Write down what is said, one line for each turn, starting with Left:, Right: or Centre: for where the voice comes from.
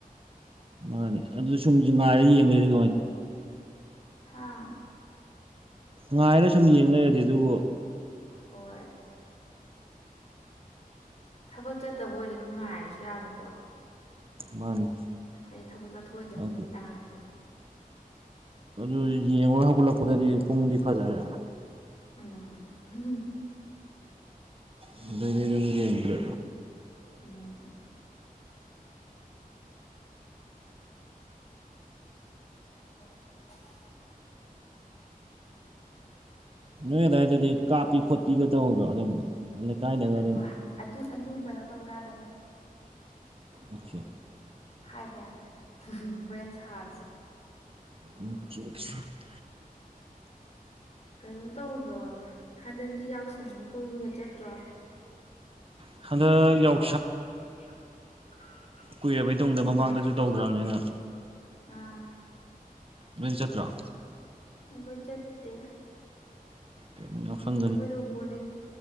Right: ꯃꯥꯅꯦ ꯑꯗꯨ ꯁꯨꯝ ꯉꯥꯏꯔꯒ ꯌꯦꯡ ꯂꯩꯔ
Left: ꯍꯥꯥ
Right: ꯉꯥꯏꯔ ꯁꯨꯝ ꯌꯦꯡ ꯂꯩꯔꯗꯤ ꯑꯗꯨꯕꯨ
Left: ꯍꯣꯏ ꯊꯥꯕꯛ ꯆꯠꯇꯕ ꯑꯣꯏꯔꯗꯤ ꯑꯗꯨꯝ ꯉꯥꯏꯔꯁꯨ ꯌꯥꯕꯀꯣ
Right: ꯃꯥꯅꯦ
Left: ꯍꯥꯏꯗꯤ ꯊꯥꯕꯛ ꯆꯠꯊꯣꯛ ꯑꯣꯏꯗꯕꯅꯦ
Right: ꯑꯗꯨ
Left: ꯇꯥꯥꯔꯗꯤ
Right: ꯑꯗꯨ ꯌꯦꯡꯉꯨꯔ ꯍꯧꯒꯠꯂꯛꯄꯗꯗꯤ ꯄꯨꯡꯗꯤ ꯐꯥꯖꯔꯦ
Left: ꯎꯝ
Right: ꯑꯗꯨꯗꯩꯗꯤ ꯗꯨꯝ ꯌꯦꯡꯗ꯭ꯔꯦ
Left: ꯎꯝ <inaudible>
Right: ꯅꯣꯏ ꯑꯗꯨꯋꯥꯏꯗꯗꯤ ꯀꯥꯞꯄꯤ ꯈꯣꯠꯄꯤꯒ ꯇꯧꯗ꯭ꯔꯣ ꯑꯗꯨꯝ ꯂꯩꯀꯥꯏꯗꯒ
Left: ꯑꯗꯨ
Right: ꯑꯗꯨꯝ
Left: ꯑꯗꯨ ꯑꯗꯨ ꯀꯩꯅꯣ ꯇꯧ ꯌꯥꯗꯕꯅꯦ
Right: ꯑꯣꯀꯦ
Left: ꯍꯥꯏꯕ ꯌꯥꯗꯕꯅꯦ ꯍꯣꯔꯦꯟ ꯁꯥꯔꯁꯦ
Right: <unintelligible>
Left: ꯀꯩꯅꯣ ꯇꯧꯗ꯭ꯔꯣ ꯍꯟꯗꯛꯇꯤ ꯌꯥꯎꯁꯪꯒ ꯀꯣꯏꯕꯒ ꯆꯠꯇ꯭ꯔꯣ
Right: ꯍꯟꯗꯛ ꯌꯥꯎ
Left: ꯍꯟꯗꯛ ꯌꯥꯎꯁꯪ ꯈꯔ ꯆꯠꯍꯧꯔꯦ
Right: ꯀꯨꯏꯔꯕꯩ ꯇꯨꯡꯗ
Left: ꯑꯝ
Right: ꯃꯃꯥꯡꯗꯁꯨ
Left: ꯂꯣꯏꯕꯩ ꯇꯨꯡꯗ
Right: ꯇꯧꯗ꯭ꯔꯕꯅꯤꯅ
Left: ꯃꯃꯥꯡꯗꯁꯨ ꯇꯧꯅꯤ ꯑꯥ
Right: ꯅꯣꯏꯗꯤ ꯆꯠꯇ꯭ꯔꯣ
Left: ꯑꯩꯈꯣꯏ ꯆꯠꯇꯦ
Right: ꯀꯌꯤꯝ ꯌꯥꯎꯁꯟ
Left: ꯑꯩꯈꯣꯏꯗꯣ ꯕꯣꯔꯗꯤꯡ